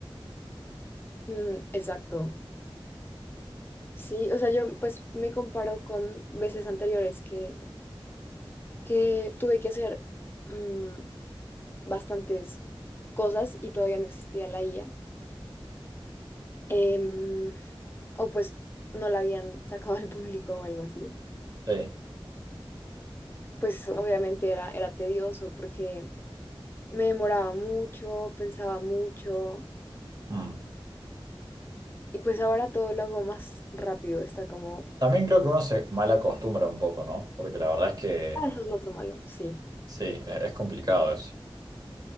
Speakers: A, on the left; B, on the right.
A: mm, exacto. Sí, o sea, yo pues me comparo con veces anteriores que, que tuve que hacer mm, bastantes cosas y todavía no existía la IA. Em, o pues no la habían sacado al <laughs> público o algo así.
B: Sí.
A: Pues obviamente era, era tedioso porque Me demoraba mucho, pensaba mucho
B: Mm.
A: y pues ahora todo lo hago más rápido. Está como,
B: También creo que uno se mal acostumbra un poco, ¿no? Porque la verdad es que
A: ah, eso es lo otro malo, sí.
B: sí, e- es complicado eso.